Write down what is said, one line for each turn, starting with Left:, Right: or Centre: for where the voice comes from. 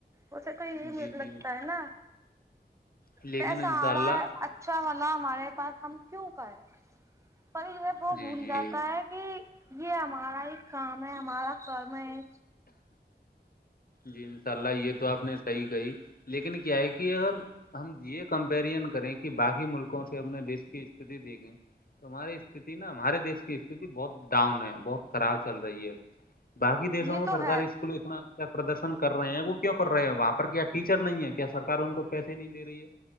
Right: اسے تو یہ
Left: جی جی
Right: لگتا ہے نا
Left: لیکن
Right: پسا
Left: انشاء
Right: آ
Left: اللہ
Right: رہا ہے اچھا والا ہمارے پاس ہم کیوں کرے پر یہ وہ
Left: جی
Right: بھول
Left: جی
Right: جاتا ہے کہ یہ ہمارا ایک کام ہے ہمارا کرم ہے
Left: جی ان شاء اللہ یہ تو آپ نے صحیح کہی لیکن کیا ہے کہ اگر ہم یہ کمپیرزن کریں کہ باقی ملکوں سے اپنے دیش کی استھتی دیکھیں تو ہماری استھتی نا ہمارے دیش کی استتی بہت ڈاؤن ہے بہت خراب چل رہی ہے باقی دیشوں
Right: یہ
Left: میں
Right: تو ہے
Left: اسک اتنا اچھا پردرشن کر رہے ہیں وہ کیوں کر رہے ہیں وہاں پر کیا ٹیچر نہیں ہے کیا سرار ان کو پیسے نہیں دے رہی ہے